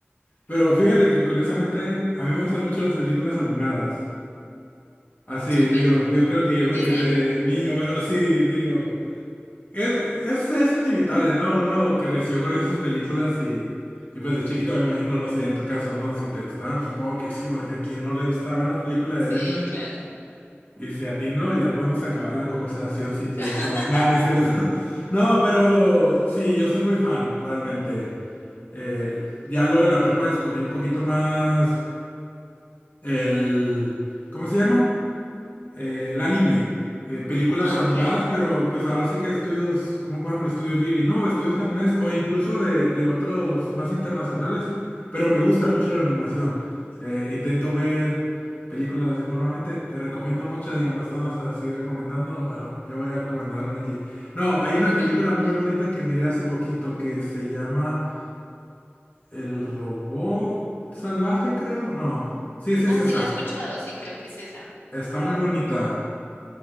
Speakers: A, on the left; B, on the left.
A: pero fíjate que curiosamente a mí me gustan mucho las películas animadas. Así,
B: ¿Super?
A: digo, yo creo que yo
B: ¿Disney?
A: me quedé niño, pero sí, digo, es, es, es inevitable, ¿no? Uno creció con esas películas y, y pues de chiquito me imagino, no sé, en tu caso, ¿no? Si te gustaban, supongo que sí, porque a quien no le gustaba una película
B: Sí,
A: de Disney.
B: claro.
A: Y si a ti no, ya podemos acabar la conversación si quieres.
B: <laughs>
A: comer. No, no es cierto. <laughs> No, pero sí, yo soy muy fan, realmente. Eh, ya luego en la prepa descubrí un poquito más el... ¿Cómo se llama? eh, el anime, eh, películas
B: Ah,
A: animadas,
B: ok.
A: pero pues ahora sí que estudios, como por ejemplo el estudio Ghibli, ¿no? O estudios japoneses o incluso de, de otros más internacionales, pero me gusta mucho la animación. Eh, intento ver películas así normalmente, te recomiendo muchas, digo, no estamos así recomendando, pero yo voy a recomendar una aquí. No, hay
B: <laughs>
A: una película muy bonita que miré hace poquito que se llama El robot salvaje, creo, no. Sí, sí, es
B: Ah,
A: esa.
B: sí, la he escuchado, sí, creo que es esa.
A: Está muy bonita.